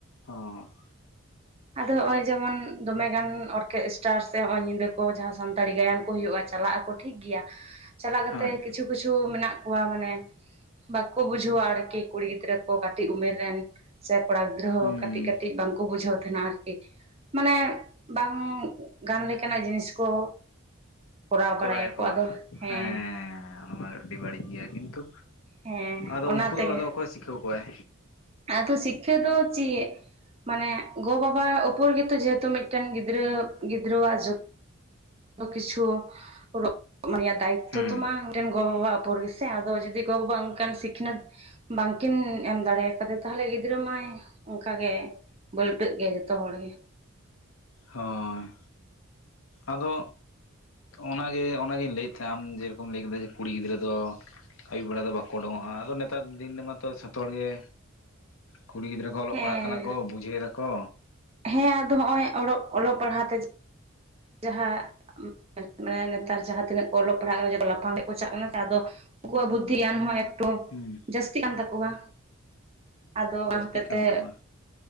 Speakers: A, on the left; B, on the right.
A: ᱦᱸ
B: ᱟᱫᱚ ᱱᱚᱜᱼᱚᱭ ᱡᱮᱢᱚᱱ ᱫᱚᱢᱮ ᱜᱟᱱ ᱚᱨᱠᱮᱥᱴ ᱴᱟᱨ ᱥᱮ ᱱᱚᱜᱼᱚᱭ ᱧᱤᱫᱟᱹ ᱠᱚ ᱡᱟᱦᱟᱸ ᱥᱟᱱᱛᱟᱲᱤ ᱜᱟᱭᱟᱱ ᱠᱚ ᱦᱩᱭᱩᱜᱼᱟ ᱪᱟᱞᱟᱜ ᱟᱠᱚ ᱴᱷᱤᱠ ᱜᱮᱭᱟ ᱪᱟᱞᱟᱜ ᱠᱟᱛᱮ
A: ᱦᱳᱭ
B: ᱠᱤᱪᱷᱩ ᱠᱤᱪᱷᱩ ᱢᱮᱱᱟᱜ ᱠᱚᱣᱟ ᱢᱟᱱᱮ ᱵᱟᱠᱚ ᱵᱩᱡᱷᱟᱹᱣᱟ ᱟᱨᱠᱤ ᱠᱩᱲᱤ ᱜᱤᱫᱽᱨᱟᱹ ᱠᱚ ᱠᱟᱹᱴᱤᱡ ᱩᱢᱮᱨ ᱨᱮᱱ ᱥᱮ ᱠᱚᱲᱟ ᱜᱤᱫᱽᱨᱟᱹ ᱦᱚᱸ
A: ᱦᱩᱸ
B: ᱠᱟᱹᱴᱤᱡ ᱠᱟᱹᱴᱤᱡ ᱵᱟᱝᱠᱚ ᱵᱩᱡᱷᱟᱹᱣ ᱛᱟᱦᱮᱱᱟ ᱟᱨᱠᱤ ᱢᱟᱱᱮ ᱵᱟᱝ ᱜᱟᱱ ᱞᱮᱠᱟᱱᱟᱜ ᱡᱤᱱᱤᱥ ᱠᱚ ᱠᱚᱨᱟᱣ ᱵᱟᱲᱟᱭᱟᱠᱚ
A: ᱠᱚᱨᱟᱭᱟᱠᱚ
B: ᱟᱫᱚ
A: ᱵᱟ
B: ᱦᱮᱸ
A: ᱦᱮᱸ ᱱᱚᱶᱟ ᱟᱹᱰᱤ ᱵᱟᱹᱲᱤᱡ ᱜᱮᱭᱟ ᱠᱤᱱᱛᱩ
B: ᱦᱮᱸ
A: ᱟᱫᱚ
B: ᱚᱱᱟ
A: ᱩᱱᱠᱩ
B: ᱛᱮᱜᱮ
A: ᱫᱚ ᱟᱫᱚ ᱚᱠᱚᱭ ᱥᱤᱠᱷᱣ ᱠᱟᱣᱟ ᱠᱚᱟᱭ
B: ᱟᱫᱚ ᱥᱤᱠᱠᱷ ᱫᱚ ᱪᱮᱫ ᱢᱟᱱᱮ ᱜᱚ ᱵᱟᱵᱟ ᱩᱯᱚᱨ ᱜᱮᱛᱚ ᱡᱮᱦᱮᱛᱩ ᱢᱤᱫᱴᱮᱱ ᱜᱤᱫᱽᱨᱟᱹ ᱜᱤᱫᱽᱨᱟᱹ <unintelligible> ᱡᱷᱚᱛᱚ ᱠᱤᱪᱷᱩ <unintelligible> ᱫᱟᱭᱤᱛᱚ
A: ᱦᱩᱸ
B: ᱛᱚ ᱢᱟ ᱢᱤᱫᱴᱮᱱ ᱜᱚᱵᱟᱵᱟᱣᱟᱜ ᱚᱯᱚᱨ ᱜᱮᱥᱮ ᱟᱫᱚ ᱡᱩᱫᱤ ᱜᱚᱼᱵᱟᱵᱟ ᱚᱱᱠᱟᱱ ᱥᱤᱠᱷᱱᱟᱹᱛ ᱵᱟᱝᱠᱤᱱ ᱮᱢ ᱫᱟᱲᱮ ᱟᱠᱟᱫᱮ ᱛᱟᱦᱚᱞᱮ ᱜᱤᱫᱽᱨᱟᱹ ᱢᱟᱭ ᱚᱱᱠᱟᱜ ᱜᱮ ᱵᱟᱹᱞᱴᱟᱹᱜ ᱜᱮᱭᱟ ᱡᱚᱛᱚ ᱦᱚᱲ ᱜᱮ
A: ᱦᱳᱭ ᱟᱫᱚ ᱚᱱᱟᱜᱮ ᱚᱱᱟᱜᱤᱧ ᱞᱟᱹᱭᱮᱫ ᱛᱟᱦᱮᱸᱜ ᱟᱢ ᱡᱮᱨᱚᱠᱚᱢ ᱞᱟᱹᱭ ᱠᱮᱫᱟ ᱡᱮ ᱠᱩᱲᱤ ᱜᱤᱫᱽᱨᱟᱹ ᱫᱚ ᱟᱭᱩᱵ ᱵᱮᱲᱟ ᱫᱚ ᱵᱟᱠᱚ ᱩᱰᱩᱠᱚᱜᱼᱟ ᱟᱫᱚ ᱱᱮᱛᱟᱨ ᱫᱤᱱ ᱨᱮᱢᱟᱛᱚ ᱡᱚᱛᱚ ᱦᱚᱲ ᱜᱮ ᱠᱩᱲᱤ ᱜᱤᱫᱽᱨᱟᱹ ᱠᱚ ᱚᱞᱚᱜ
B: ᱦᱮᱸ
A: ᱯᱟᱲᱦᱟᱜ ᱠᱟᱱᱟ ᱠᱚ ᱵᱩᱡᱷᱟᱹᱣ ᱫᱟ ᱠᱚ
B: ᱦᱮᱸ ᱟᱫᱚ ᱦᱚᱸᱜᱼᱚᱭ ᱚᱞ ᱯᱟᱲᱦ ᱛᱮ ᱡᱟᱦᱟᱸ ᱢᱟᱱᱮ ᱱᱮᱛᱟᱨ ᱡᱟᱦᱟᱸᱛᱤᱱᱟᱹᱜ ᱠᱚ ᱚᱞᱚᱜ ᱯᱟᱲᱦᱟᱜ ᱠᱟᱱᱟ ᱞᱟᱯᱷᱟᱝ ᱜᱮ ᱠᱚ ᱪᱟᱜ ᱠᱟᱱᱟ ᱛᱮ ᱟᱫᱚ ᱩᱱᱠᱩᱣᱟᱜ ᱵᱩᱫᱫᱷᱤ ᱜᱭᱟᱱ ᱦᱚᱸ ᱮᱠᱴᱩ
A: ᱦᱩᱸ
B: ᱡᱟᱹᱥᱛᱤ ᱠᱟᱱ ᱛᱟᱠᱚᱣᱟ ᱟᱫᱚ ᱚᱱᱟ
A: ᱡᱟᱹᱥᱛᱤᱜ
B: ᱦᱚᱛᱮᱡ
A: ᱠᱟᱱ
B: ᱛᱮ
A: ᱛᱟᱠᱚᱣᱟ